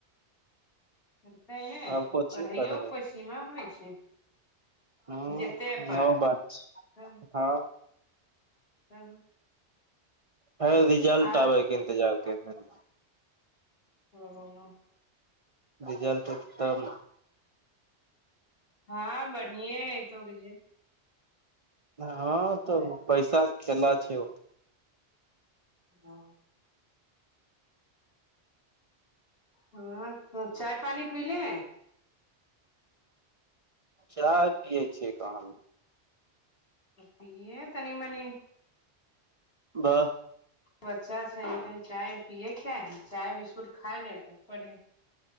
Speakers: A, on the left; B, on the right.
A: पढ़तै नाय
B: आब कोचिंग
A: पढ़ैओ
B: करबै
A: के कोइ सीमा होइ छै
B: हूँ
A: जेते
B: इहो
A: पर
B: बात छै
A: तब
B: हँ
A: तब
B: है रिजल्ट
A: आर
B: आबैके इंतजार करै छी
A: हँ हँ ह
B: रिजल्ट एतै तब न
A: हँ बढ़िये अइतौ रिजल्ट
B: हँ
A: पड़ै
B: त उ पैसा के खेला छै उ
A: ओ हँ त चाय पानी पीले
B: चाय पियै छियै क हम
A: पिये तनी मनी
B: वाह
A: बच्चा छै तनी चायर पिएके चाही, चाय बिस्कुट खाइ ले तब पढ़ै